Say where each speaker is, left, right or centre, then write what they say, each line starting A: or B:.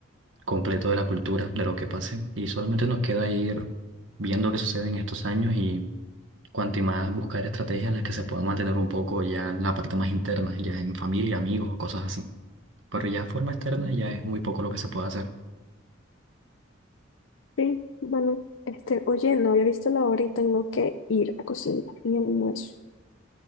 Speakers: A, on the right (about 75°); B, on the left (about 75°).
A: completo de la cultura, de lo que pase, y solamente nos queda ir viendo qué sucede en estos años y cuanto y más buscar estrategias en las que se pueda mantener un poco ya en la parte más interna, ya en familia, amigos o cosas así. Pero ya de forma externa ya es muy poco lo que se puede hacer.
B: Sí, bueno, este, oye, no había visto la hora y tengo que ir a cocinar mi almuerzo.